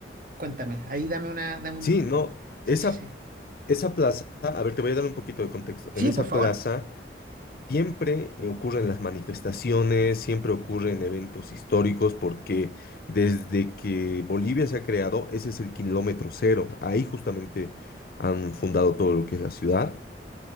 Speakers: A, on the right; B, on the left.
A: Cuéntame, ahí dame una, dame
B: Sí,
A: un...
B: no,
A: Sí,
B: esa,
A: sí, sí.
B: esa plaza, a ver, te voy a dar un poquito de contexto.
A: Sí,
B: En esa
A: por favor.
B: plaza... Siempre eh, ocurren las manifestaciones, siempre ocurren
A: Ujú.
B: eventos históricos, porque desde que Bolivia se ha creado, ese es el kilómetro cero. Ahí justamente han fundado todo lo que es la ciudad.